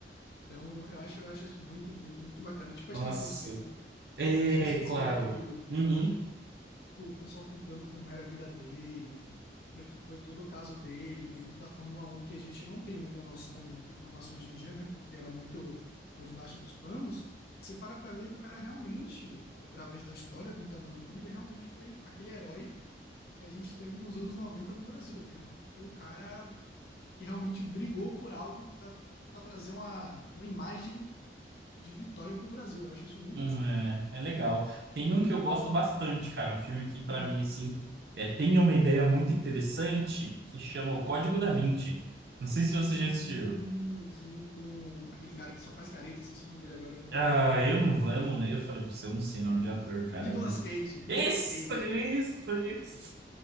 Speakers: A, on the left; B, on the right.
A: Então, eu acho, eu acho isso muito, muito, muito bacana. Tipo
B: Nossa,
A: a história do Senna.
B: é
A: Não sei se você
B: claro.
A: já viu,
B: Uhum.
A: tipo, o pessoal contando como era a vida dele, como é que foi todo o caso dele dentro da Fórmula Um que a gente não tem muita noção e muita informação hoje em dia, né? Porque era muito por debaixo dos panos. Você para pra ver que o cara realmente, através da história contada no filme, ele realmente foi aquele herói que a gente teve nos anos 90 no Brasil. Ele realmente foi o cara que realmente brigou por algo para para trazer uma, uma imagem, tipo, de vitória pro Brasil. Eu acho isso muito
B: Hum,
A: louco.
B: É, é legal. Tem um que eu gosto bastante, cara. Um filme que, pra
A: Uhum.
B: mim, assim, é, tem uma ideia muito interessante que chama O Código da Vinci. Não sei se você
A: Sim,
B: já assistiu.
A: sim, com aquele cara que só faz careta, esqueci o nome dele agora, meu Deus.
B: Ah, eu não vou, eu não, eu falei pra você, eu não sei nome de ator, cara.
A: Nicolas
B: Eu não-
A: Cage, Nicolas
B: Isso,
A: Cage.
B: isso, isso.